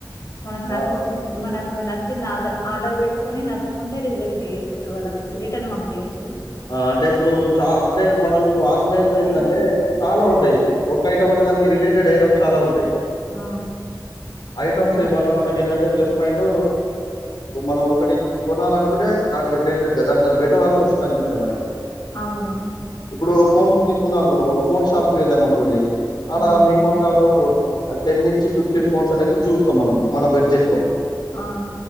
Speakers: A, on the left (about 45°); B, on the left (about 65°).
A: మనకు నచ్చింది
B: ఆ!
A: మనకు నచ్చింది ఆర్డర్ ఆర్డర్ పెట్టుకొని నచ్చకుంటే రిజెక్ట్ చేయొచ్చు వాళ్ళకి రిటర్న్ పం తీయొచ్చు
B: ఆ అంటే ఇప్పుడు చా అంటే మనం ఆన్లైన్ లో
A: టైం
B: ఏంటంటే చాలా ఉ ఒక ఐటమ్ అంటే దానికి రిలేటెడ్ ఐటమ్స్ చాలా ఉంటాయి
A: ఆ
B: ఐటమ్స్ వల్ల మనకి ఏంటంటే ప్లస్ పాయింట్ మనం ఒకటి కొనాలినుకుంటే దానికి రిలేటెడ్ క దానిని బెటర్ ఆప్షన్స్ కనిపిస్తాయి మనకి
A: అవును
B: ఇప్పుడు ఒక ఫోన్ తీసుకుందాం అనుకున్నా ఒక ఫోన్ షాప్ కిళ్ళాం అనుకోండి ఆడా
A: హ్మ్.
B: మినిమం కాక పో టెన్ నుంచి ఫిఫ్టీన్ ఫోన్స్ అనేటివి చూస్తాం మనం మన బడ్జెట్ లో
A: ఆ!